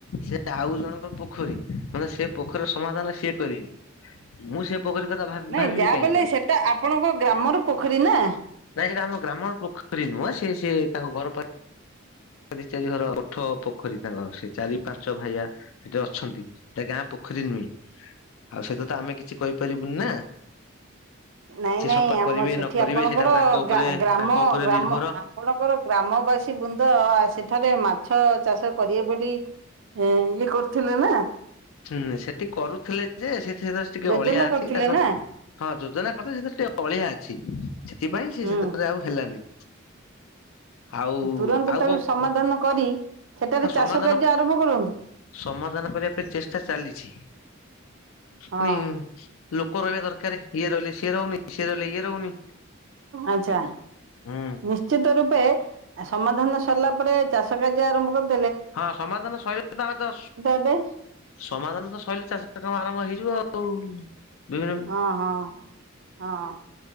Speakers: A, on the left; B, on the right.
A: ସେ ଆଉ ଜଣ ପୋଖରୀ ମାନେ ସେ ପୋଖରୀର ସମାଧାନ ସିଏ କରିବେ ମୁଁ ସେ ପୋଖରୀ କଥା ଭାବି
B: ନାଇଁ
A: ଭାବିବି
B: ଯାହା
A: କାହିଁକି
B: ବେଲେ
A: ଆଉ
B: ସେଟା ଆପଣଙ୍କ ଗ୍ରାମର ପୋଖରୀ ନା।
A: ନାଇ ସେଟା ଆମ ଗ୍ରାମ ପୋଖରୀ ନୁହଁ ସେ ସେ ତାଙ୍କ ଘର ପାଇଁ ଚାରି ଚାରି ଘର ପଠ ପୋଖରୀ ତାଙ୍କର ସେ ଚାରି ପାଞ୍ଚ ଭାଇା ସେଠି ଅଛନ୍ତି ଗାଁ ପୋଖ ପୋଖରୀ ନୁଁ ଆଉ ସେତ ତ ଆମେ କିଛି କହିପାରିବୁନି ନା।
B: ନାଇଁ
A: ସେ
B: ନାଇଁ
A: ସଫା
B: ଆମ
A: କରିବେ
B: ସେଠି
A: ନ କରିବେ
B: ଆପଣଙ୍କର
A: ସେଇଟା ତାଙ୍କ ଉପରେ
B: ଗା ଗ୍ରାମ
A: ତାଙ୍କ ଉପରେ
B: ଗ୍ରାମ
A: ନିର୍ଭର
B: ଆପଣଙ୍କର ଗ୍ରାମବାସୀ ବୃନ୍ଦ ସେଠାରେ ମାଛ ଚାଷ କରିବେ ବୋଲି ଏ ଇଏ କରଥିଲେ ନା।
A: ହୁଁ ସେଠି କରୁଥିଲେ ଯେ ସେ ଟିକେ
B: ଯୋଜନା
A: ଅଳିଆ ଅଛି
B: କରିଥିଲେ
A: ତାଙ୍କ
B: ନା
A: ହଁ ଯୋଜନା କଥା ସେଥିରେ ଟିକେ ଅଳିଆ ଅଛି ସେଥିପାଇଁ ସେ
B: ହୁଁ
A: ସେଥିରେ ଆଉ ହେଲାନି। ଆଉ
B: ତୁରନ୍ତ
A: ଆଉ
B: ତାକୁ
A: କଣ କୁ
B: ସମାଧାନ କରି ସେଠାରେ
A: ସମାଧାନ
B: ଚାଷ କାର୍ଯ୍ୟ ଆରମ୍ଭ କରନ୍ତୁ
A: ସମାଧାନ କରିବା ପାଇଁ ଚେଷ୍ଟା ଚାଲିଛି ପୁଣି
B: ହଁ
A: ଲୋକ ରହିବା ଦରକାର। ଇଏ ରହିଲେ ସିଏ ରହୁନି ସିଏ ରହିଲେ ଇଏ ରହୁନି
B: ଆଛା
A: ହୁଁ
B: ନିଶ୍ଚିତ ରୂପେ ସମାଧାନ ସରିଲା ପରେ ଚାଷ କାର୍ଯ୍ୟ ଆରମ୍ଭ କରି
A: ହଁ ସମାଧାନ ସୋଇ ତାମେ ତ
B: ହେବେ
A: ସମାଧାନ ତ ସରିଲେ ଚାଷ କାମ ଆରମ୍ଭ ହେଇଯିବ ଆଉ। ବିଭିନ୍ନ
B: ହଁ ହଁ ହଁ